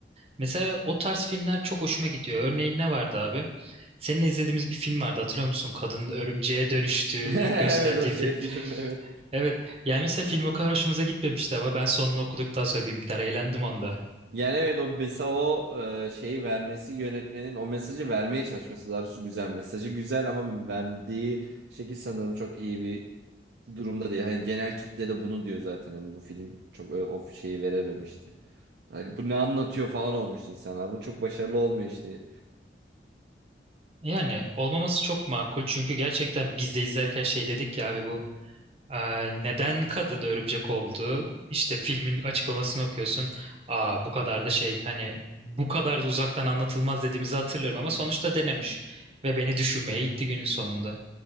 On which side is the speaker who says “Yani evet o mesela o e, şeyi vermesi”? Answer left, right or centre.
Right